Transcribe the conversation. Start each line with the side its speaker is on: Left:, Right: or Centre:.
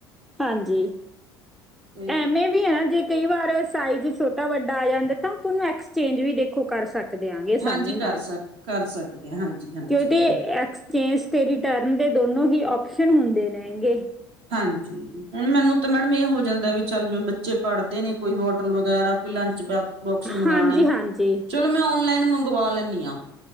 Centre: ਹਾਂਜੀ
Right: ਤੇ
Centre: ਐਵੇਂ। ਵੀ ਆ ਜੇ ਕਈ ਵਾਰ ਸਾਈਜ਼ ਛੋਟਾ ਵੱਡਾ ਆ ਜਾਂਦਾ ਤਾਂ ਆਪਾਂ ਉਹਨੂੰ ਐਕਸਚੇਂਜ ਵੀ ਦੇਖੋ ਕਰ ਸਕਦੇ ਆ। ਦਿਆਗੇ ਆਸਾਨੀ
Right: ਹਾਂਜੀ
Centre: ਨਾਲ
Right: ਕਰ ਸਕ ਕਰ ਸਕਦੇ ਹਾਂ ਹਾਂਜੀ ਹਾਂਜੀ।
Centre: ਕਿਉਂਕਿ ਚੇਂਜ ਤੇ ਰਿਟਰਨ ਦੇ ਦੋਨੋ ਹੀ ਆਪਸ਼ਨ ਹੁੰਦੇ ਨੇਗੇ।
Right: ਹਾਂਜੀ। ਹੁਣ ਮੈਨੂੰ ਤਾਂ ਮੈਡਮ ਇਹ ਹੋ ਜਾਂਦਾ ਵੀ ਚੱਲ ਜਿਵੇਂ ਬੱਚੇ ਪੜ੍ਹਦੇ ਨੇ ਕੋਈ ਬੋਟਲ ਵਗੈਰਾ ਕੋਈ ਲੰਚ ਬੈਗ। ਬੁਕਸ ਮੰਗਵਾਉਣੇ
Centre: ਹਾਂਜੀ ਹਾਂਜੀ
Right: ਚਲੋ ਮੈਂ ਓਨਲਾਈਨ ਮੰਗਵਾ ਲੈਂਦੀ ਹਾਂ।